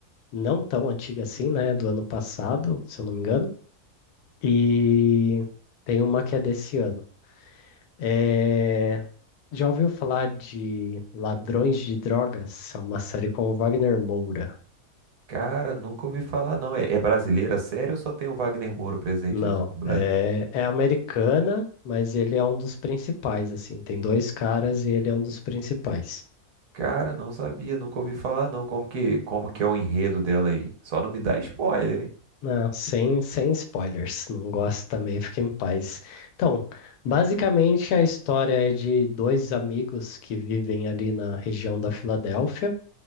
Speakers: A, on the left; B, on the right.
A: não tão antiga assim, né? Do ano passado, se eu não me engano. E tem uma que é desse ano. É, Já ouviu falar de Ladrões de Drogas? É uma série com o Wagner Moura.
B: Cara, nunca ouvi falar, não. É, é brasileira, sério, ou só tem o Wagner Moura presente
A: Não,
B: do do Brasil?
A: é, é americana, mas ele é um dos principais, assim. Tem dois caras e ele é um dos principais.
B: Cara, não sabia, nunca ouvi falar, não. Como que, como que é o enredo dela aí? Só não me dá spoiler, hein?
A: Não, sem, sem spoilers, não gosto também, <laughs> fica em paz. Então, basicamente a história é de dois amigos que vivem ali na região da Filadélfia.